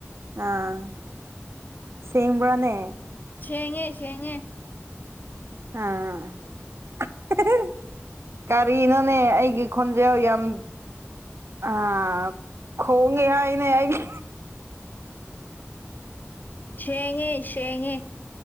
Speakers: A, on the right (about 65°); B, on the left (about 40°).
A: ꯑꯥ ꯁꯦꯡꯕ꯭ꯔꯥꯅꯦ
B: ꯁꯦꯡꯉꯦ ꯁꯦꯡꯉꯦ
A: ꯑ <unintelligible> ꯀꯔꯤꯅꯣꯅꯦ ꯑꯩꯒꯤ ꯈꯣꯟꯖꯦꯜ ꯌꯥꯝ ꯑ ꯈꯣꯡꯉꯦ ꯍꯥꯏꯅꯦ ꯑꯩꯒꯤ
B: ꯁꯦꯡꯉꯦ ꯁꯦꯉꯦ